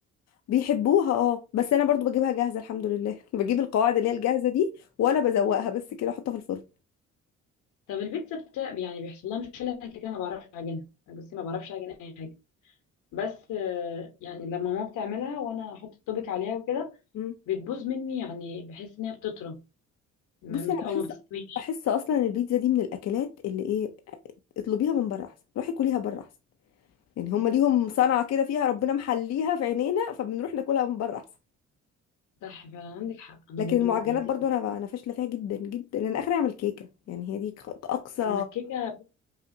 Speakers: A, on the left; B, on the left.
A: بيحبوها اه بس انا برضو بجيبها جاهزه الحمد لله <laughs> بجيب القواعد اللي هي الجاهزه دي ولا بزوقها بس كده احطها في الفرن
B: طب البيتزا بتاع يعني بيحصل لها مشكله أنا كده كده ما بعرفش اعجنها بصي ما بعرفش اعجن اي حاجه بس آه، يعني لما ماما بتعملها وانا احط التوبيك عليها وكده
A: مم.
B: بتبوظ مني يعني بحس ان هي بتطرى ما-
A: بصي
B: مت-
A: انا
B: او
A: بحس
B: ما بتستويش
A: بحس اصلا البيتزا دي من الاكلات اللي ايه اطلبيها من بره احسن روحي كليها بره احسن يعني هم ليهم صنعه كده فيها ربنا محليها في عينينا فبنروح ناكلها من بره احسن
B: صح فعلا عندك حق انا
A: لكن
B: برضو
A: المعجنات
B: ماما قالت
A: برضو
B: لي كده
A: انا انا فاشله فيها جدا جدا انا اخري اعمل كيكه يعني هي دي اقصى
B: انا الكيكه